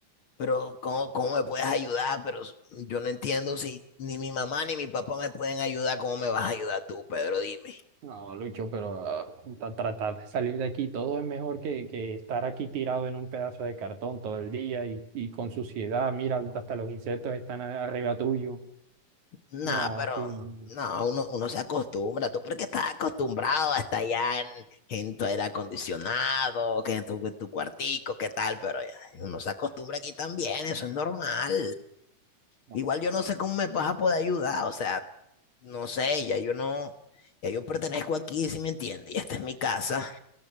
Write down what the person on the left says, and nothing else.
pero ¿cómo, cómo me puedes ayudar? Pero yo no entiendo si ni mi mamá ni mi papá me pueden ayudar, ¿cómo me vas a ayudar tú, Pedro? Dime.
Nah,
pero
no, uno, uno se acostumbra. Tú porque estás acostumbrado a estar allá en, en tu aire acondicionado, que en tu, en tu cuartico, qué tal, pero ya, uno se acostumbra aquí también, eso es normal.
Igual yo no sé cómo me vas a poder ayudar, o sea, no sé, ya yo no, ya yo pertenezco aquí, si me entiendes, y esta es mi casa.